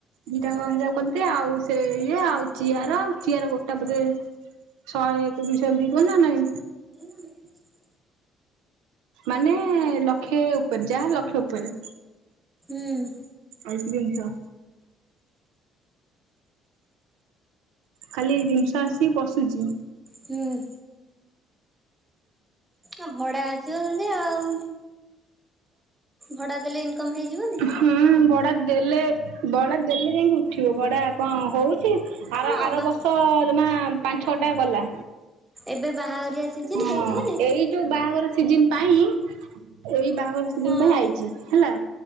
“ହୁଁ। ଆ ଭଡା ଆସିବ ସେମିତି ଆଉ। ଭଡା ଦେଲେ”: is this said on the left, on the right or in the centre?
Right